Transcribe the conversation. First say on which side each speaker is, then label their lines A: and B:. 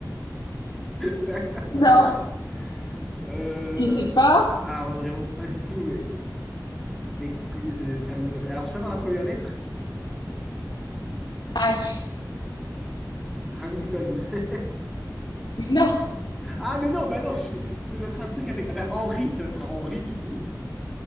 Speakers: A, in the centre; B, on the left (about 85°).
A: <laughs>
B: non,
A: Euh,
B: tu sais pas?
A: Alors, vraiment pas du tout, mais... mais euh, ça me... Alors, je peux par la première lettre?
B: H.
A: Hamilton. <laughs>
B: Non,
A: Ah, mais non, bah non, je ça doit être un truc avec... Ah, bah, Henry, ça doit être un Henry, du coup.